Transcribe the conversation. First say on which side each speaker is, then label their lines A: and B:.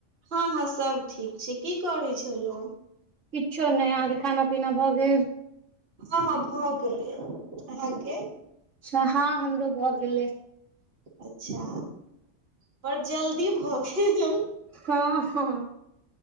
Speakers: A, on the right; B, on the right.
A: हँ हँ सब ठीक छै की करै छलौ।
B: किछो नहि अहाँके खाना पीना भऽ गेल।
A: हँ हँ भऽ गेलै अहाँके।
B: अच्छा हँ हमरो भऽ गेलै।
A: अच्छा पर जल्दी भऽ गेल।
B: हँ हँ